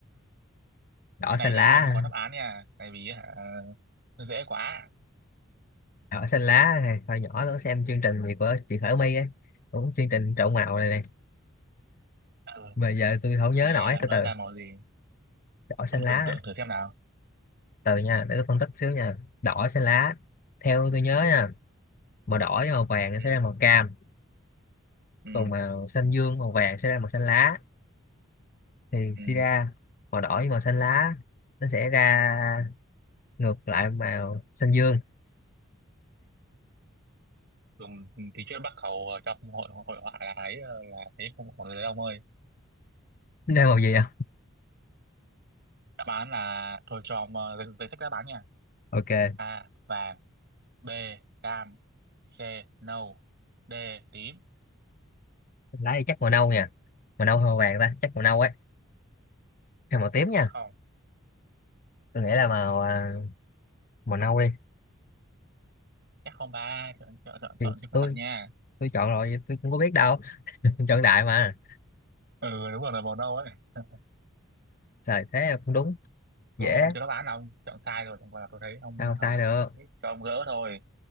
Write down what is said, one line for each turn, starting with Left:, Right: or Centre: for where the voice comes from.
Left: đỏ
Right: Cái này
Left: xanh lá
Right: thì không có đáp án nha, tại vì hả, nó dễ quá.
Left: đỏ xanh lá này hồi nhỏ tôi xem chương trình gì của chị Khởi My ấy cũng chương trình trộn màu này này
Right: Ừ,
Left: mà giờ tôi không nhớ
Right: thì
Left: nổi
Right: à,
Left: từ
Right: nó
Left: từ
Right: ra màu gì?
Left: đỏ xanh
Right: Ông
Left: lá
Right: tưởng tượng thử xem nào.
Left: từ nha để tôi phân tích xíu nha đỏ xanh lá theo tôi nhớ nha màu đỏ với màu vàng
Right: Ừ,
Left: sẽ ra màu cam
Right: ừ,
Left: còn màu xanh dương màu vàng sẽ ra màu xanh lá thì
Right: ừ.
Left: suy ra màu đỏ với màu xanh lá nó sẽ ra ngược lại màu xanh dương
Right: Dùng thì trước Bắc Cầu trong hội hội họa là ấy ờ, là thấy không còn đấy ông ơi.
Left: Nên màu gì à?
Right: Đáp án là thôi cho ông ờ, giấy, giấy sách đáp án nha.
Left: Ok,
Right: A vàng, B cam, C nâu, D tím.
Left: lá thì chắc màu nâu nha. Màu nâu hay màu vàng ta? Chắc màu nâu ấy. Hay màu tím
Right: Ông
Left: nha.
Right: chắc không?
Left: Tôi nghĩ là màu à, màu nâu đi.
Right: chắc không ba chọn chọn chọn
Left: Thì
Right: chọn cho cẩn
Left: tôi
Right: thận nha
Left: tôi chọn rồi, vậy tôi không có biết đâu. <laughs> Chọn đại mà.
Right: ừ đúng rồi là màu nâu ấy <laughs>
Left: Trời thế không đúng.
Right: tôi
Left: Dễ,
Right: mà không cho nó bán đâu chọn sai rồi chẳng qua là tôi thấy ông
Left: sao mà sai
Right: hả,
Left: được.
Right: thích cho ông gỡ thôi